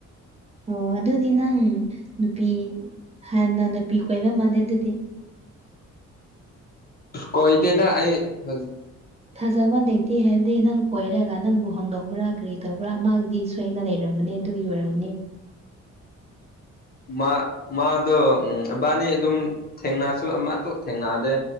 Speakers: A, on the right; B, on the left.
A: ꯑꯣ ꯑꯗꯨꯗꯤ ꯅꯪ ꯅꯨꯄꯤ ꯍꯥꯟꯅ ꯅꯨꯄꯤ ꯀꯣꯏꯕ ꯃꯥꯜꯂꯦ ꯑꯗꯨꯗꯤ
B: ꯀꯣꯣꯏꯇꯦꯗ ꯑꯩ ꯍꯧꯖꯤ
A: ꯊꯥꯖꯕ ꯂꯩꯇꯦ ꯍꯥꯏꯕꯗꯤ ꯅꯪ ꯀꯣꯏꯔꯒ ꯅꯪꯕꯨ ꯍꯣꯡꯗꯣꯛꯄ ꯀꯔꯤ ꯇꯧꯕ꯭ꯔꯥ ꯑꯃꯒꯤ ꯁꯣꯏ ꯑꯩꯅ ꯂꯩꯔꯝꯒꯅꯤ ꯑꯗꯨꯒꯤ ꯑꯣꯏꯔꯝꯒꯅꯤ
B: ꯃꯥ ꯃꯥꯗꯣ ꯏꯕꯥꯅꯤ ꯑꯗꯨꯝ ꯊꯦꯡꯅꯁꯨ ꯑꯃꯇꯣꯛ ꯊꯦꯡꯅꯑꯗꯦ